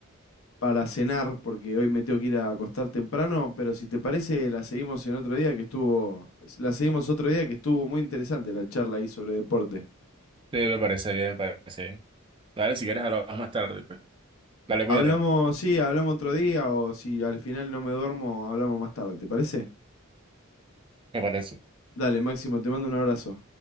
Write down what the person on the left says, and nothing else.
para cenar, porque hoy me tengo que ir a acostar temprano, pero si te parece, la seguimos en otro día que estuvo, la seguimos otro día que estuvo muy interesante la charla ahí sobre deporte.
Hablamos, sí, hablamos otro día, o si al final no me duermo, hablamos más tarde, ¿te parece?
Dale, Máximo, te mando un abrazo.